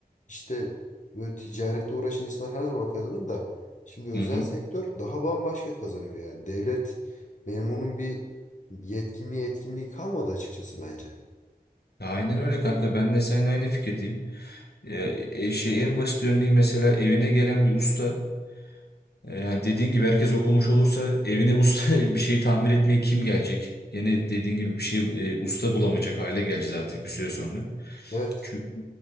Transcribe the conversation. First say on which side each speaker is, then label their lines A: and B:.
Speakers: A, on the left (about 50°); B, on the left (about 85°).
A: işte böyle ticaretle uğraşan insanlar her zaman kazanır da. Şimdi özel
B: Hı hı.
A: sektör daha bambaşka kazanıyor yani. Devlet memurunun bir yetkinliği etkinliği kalmadı açıkçası bence.
B: Ya aynen öyle kanka. Ben de seninle aynı fikirdeyim. Ya, e, şey, en basit örneği mesela evine gelen bir usta. E, Yani dediğin gibi herkes okumuş olursa evine usta <laughs> bir şey tamir etmeye kim gelecek? Yine dediğin gibi bir şey e, usta bulamayacak hale geleceğiz artık bir süre sonra.
A: Evet.
B: Çünkü